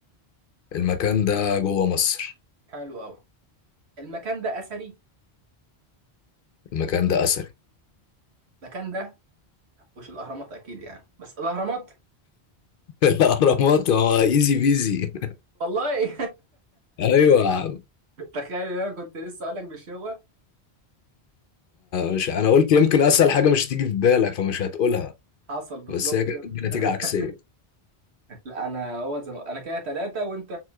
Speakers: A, on the left; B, on the right.
A: المكان ده جوه مصر
B: حلو أوي المكان ده أثري
A: المكان ده اثري
B: المكان ده مش الأهرامات أكيد يعني بس الأهرامات
A: <laughs> الاهرامات هو ايزي بيزي
B: والله
A: <laughs> ايوه
B: <laughs> تخيل إن أنا كنت لسه أقول لك بالشغل
A: مش انا قلت يمكن اسهل حاجه مش تيجي في بالك فمش هتقولها
B: حصل بالظبط
A: بس هي جت
B: كده
A: بنتيجه
B: <laughs>
A: عكسيه
B: لا أنا هو زم... أنا كده تلاتة وأنت